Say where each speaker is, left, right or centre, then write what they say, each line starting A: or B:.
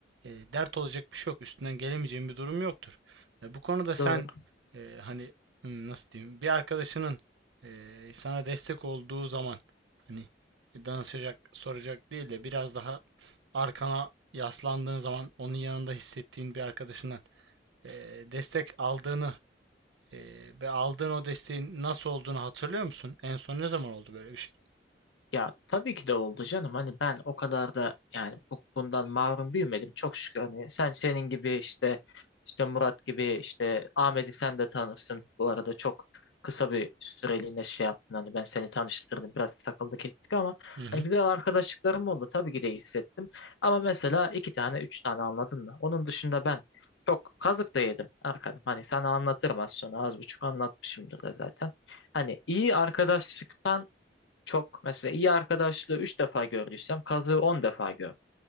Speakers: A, on the right; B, on the left.
A: e, dert olacak bir şey yok. Üstünden gelemeyeceğin bir durum yoktur. E, bu konuda sen
B: Doğru.
A: e, hani hmm, nasıl diyeyim bir arkadaşının e, sana destek olduğu zaman hani danışacak, soracak değil de biraz daha arkana yaslandığın zaman onun yanında hissettiğin bir arkadaşından e, destek aldığını ee, ve aldığın o desteğin nasıl olduğunu hatırlıyor musun? En son ne zaman oldu böyle bir şey?
B: Ya tabii ki de oldu canım. Hani ben o kadar da yani bu- bundan mahrum büyümedim. Çok şükür hani sen senin gibi işte işte Murat gibi işte Ahmet'i sen de tanırsın. Bu arada çok kısa bir süreliğine şey yaptın. Hani ben seni tanıştırdım. Biraz takıldık ettik ama
A: Hı hı.
B: hani güzel arkadaşlıklarım oldu. Tabii ki de hissettim. Ama mesela iki tane üç tane anladın mı? Onun dışında ben çok kazık da yedim Erkan'ım. Hani sana anlatırım az sonra. Az buçuk anlatmışımdır da zaten. Hani iyi arkadaşlıktan çok mesela iyi arkadaşlığı 3 defa gördüysem kazığı 10 defa gördüm.